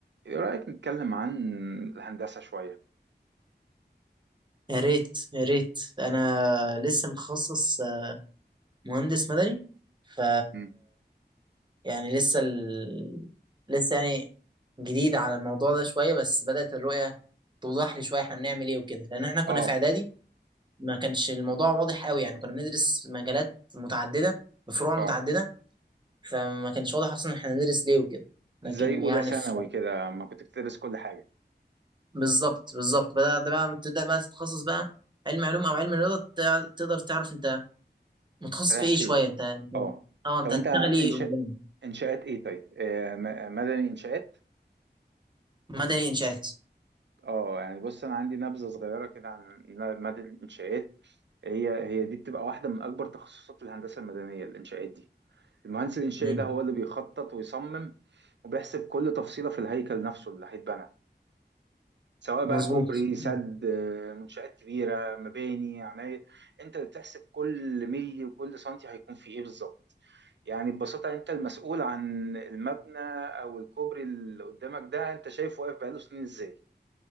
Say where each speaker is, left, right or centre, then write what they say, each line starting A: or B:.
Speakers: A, on the right; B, on the right.
A: ايه رأيك نتكلم عن الهندسة شوية
B: يا ريت يا ريت انا لسه متخصص آه، مهندس مدني ف
A: مم.
B: يعني لسه ال... لسه يعني جديد على الموضوع ده شويه بس بدأت الرؤيه توضح لي شويه احنا بنعمل ايه وكده لان احنا كنا
A: اه
B: في اعدادي ما كانش الموضوع واضح قوي يعني كنا بندرس مجالات متعدده بفروع
A: اه
B: متعدده فما كانش واضح اصلا احنا بندرس ليه وكده لكن
A: زي اولى
B: يعني
A: ثانوي
B: في...
A: كده ما كنت بتدرس كل حاجة
B: بالظبط بالظبط بدأت بقى تبدأ بقى تتخصص بقى علم علوم او علم رياضه تع- تقدر تعرف انت متخصص
A: رايح
B: في ايه
A: فين
B: شويه انت انت-
A: اه
B: اه انت
A: طب انت
B: هتشتغل
A: انشاء
B: ايه قدام
A: انشاءات ايه طيب آه م- مدني انشاءات
B: مدني انشاءات
A: اه يعني بص انا عندي نبذة صغيرة كده عن ن- مدني الانشاءات هي هي دي بتبقى واحدة من اكبر تخصصات الهندسة المدنية الانشاءات دي المهندس الانشائي
B: امم
A: ده هو اللي بيخطط ويصمم وبيحسب كل تفصيلة في الهيكل نفسه اللي هيتبنى سواء بقى
B: مظبوط
A: كوبري سد
B: مم.
A: آه، منشآت كبيرة مباني عماير انت اللي بتحسب كل ملي وكل سنتي هيكون فيه ايه بالظبط يعني ببساطة انت المسؤول عن المبنى او الكوبري اللي قدامك ده انت شايف واقف بقاله سنين ازاي